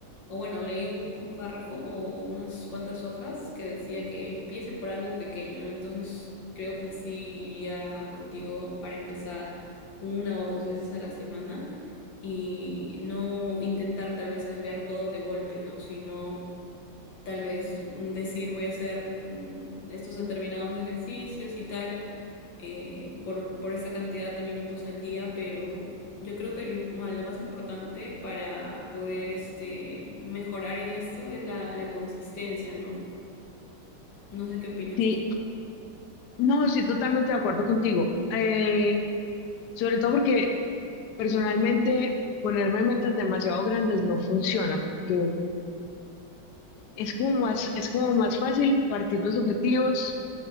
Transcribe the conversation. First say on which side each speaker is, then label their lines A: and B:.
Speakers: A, on the left; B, on the left.
A: o bueno, leí un, un párrafo o unas cuantas hojas que decía que empiece por algo pequeño, ¿no? Entonces, creo que sí iría contigo para empezar una o dos veces a la semana y no intentar tal vez cambiar todo de golpe, ¿no? Sino tal vez mm, decir voy a hacer mm, estos determinados ejercicios y tal eh, por, por esa cantidad de minutos al día, pero yo creo que lo, im- ma- lo más importante para poder este, mejorar en esto es la, la consistencia, ¿no? No sé qué opinas
B: Sí,
A: tú.
B: no, estoy totalmente de acuerdo contigo. Eh, sobre todo porque personalmente ponerme metas demasiado grandes no funciona porque es como más, es como más fácil partir los objetivos